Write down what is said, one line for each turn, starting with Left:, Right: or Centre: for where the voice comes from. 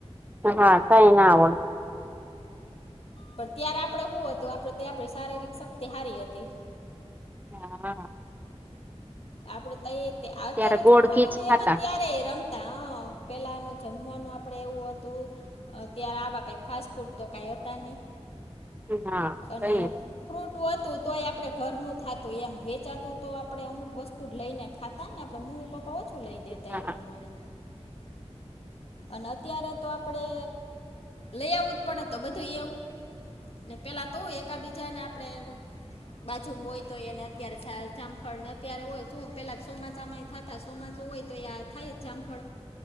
Right: હા કઈ ના આવડ
Left: પણ ત્યારે આપણે શું હતું આપણે આપણે શારીરિક શક્તિ સારી હતી
Right: હા
Left: આપડે ત અત્યારે
Right: ત્યારે ગોળ
Left: છોકરા
Right: ઘીચ
Left: રમે
Right: ખાતા
Left: એમ જ ત્યા રમતા હ પેલાનું જમવાનું આપડે એવું હતું અ ત્યારે આવા કઈ ફાસ્ટ ફૂડ તો કઈ હતા નહી
Right: હા
Left: અને
Right: તઈ
Left: ફ્રૂટ હતું તો એ આપડે ઘરનું થાતું એમ વેચાતું તો આપડે અમુક વસ્તુ વસ્તુ લઈને ખાતા ને આપડે મમ્મી પપ્પા ઓછું લઈ દેતા
Right: હા
Left: એ પ્રમાણે અને અત્યારે તો આપણે લઈ આવવું જ પડે તો બધું એવું ને પેલા તો એક બીજાને આપણે બાજુમાં હોય તો એને અત્યારે જામફળ ને અત્યારે હોય શું પેલા ચોમાસામાં થતા ચોમાસું હોય તો એ થાય જ જામફળ